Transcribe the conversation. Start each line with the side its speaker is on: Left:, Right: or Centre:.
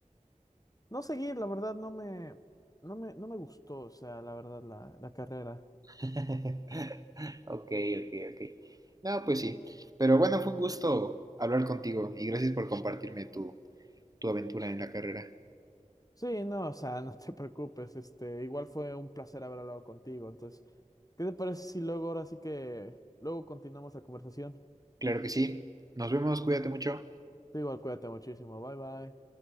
Left: no seguir, la verdad no me, no me, no me gustó, o sea, la verdad la, la carrera.
Right: <laughs> Ok, ok, ok. No, pues sí. Pero bueno, fue un gusto hablar contigo y gracias por compartirme tu, tu aventura en la carrera.
Left: Sí, no, o sea, <laughs> no te preocupes, este, igual fue un placer haber hablado contigo, entonces, ¿qué te parece si luego ahora sí que, luego continuamos la conversación?
Right: Claro que sí. Nos vemos, cuídate mucho.
Left: Tú igual cuídate muchísimo, bye bye.